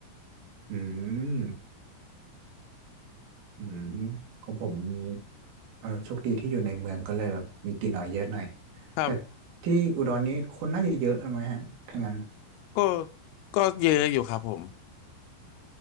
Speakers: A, on the right (about 80°); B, on the left (about 90°).
A: อืมอืมของผมมีเออโชคดีที่อยู่ในเมืองก็เลยแบบมีตีน้อยเยอะหน่อย
B: ครับ
A: แต่ที่อุดรนี้คนน่าจะเยอะไหมฮะถ้างั้น
B: ก็ก็เยอะอยู่ครับผม